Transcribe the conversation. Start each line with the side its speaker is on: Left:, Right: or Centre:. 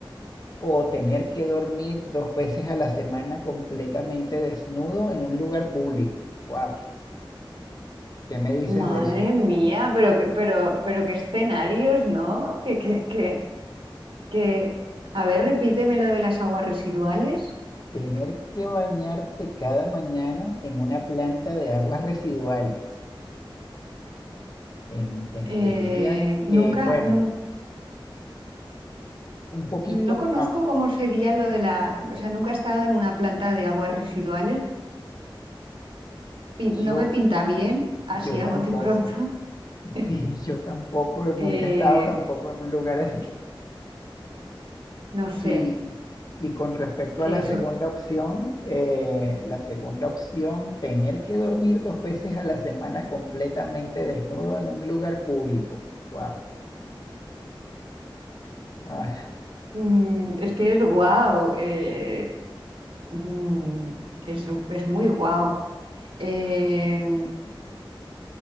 Left: o tener que dormir dos veces a la semana completamente desnudo en un lugar público. Wow, ¿qué me dices
Right: Madre
Left: de eso?
Right: mía, pero que, pero, pero qué escenarios, ¿no? Que, que, que, que... A ver, repíteme lo de las aguas residuales.
Left: Tener que bañarte cada mañana en una planta de aguas residuales. Entendería
Right: Eh, nunca,
Left: que, bueno,
Right: nu-
Left: un poquito,
Right: no conozco
Left: ah,
Right: cómo sería lo de la, o sea, nunca he estado en una planta de aguas residuales. pi- no
Left: yo,
Right: me pinta bien, así
Left: yo
Right: a
Left: tampoco.
Right: bote pronto.
Left: <laughs>
Right: <laughs>
Left: Sí, yo tampoco, nunca
Right: Eh,
Left: he estado tampoco en un lugar así.
Right: no sé,
Left: Y, y con respecto
Right: eso,
Left: a la segunda opción, eh, la segunda opción, tener que dormir dos veces a la semana completamente desnudo en un lugar público. Wow. Ah,
Right: mm, es que es guau, eh, mm, es, es muy guau. Eh,